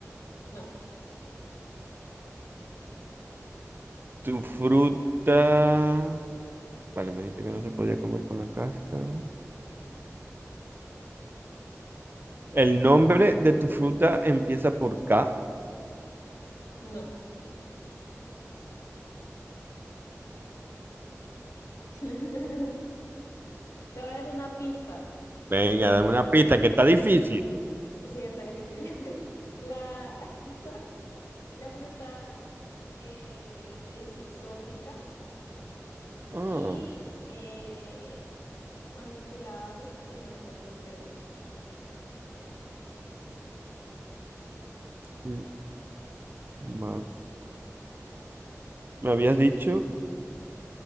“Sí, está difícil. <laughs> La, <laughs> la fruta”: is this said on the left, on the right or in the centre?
Left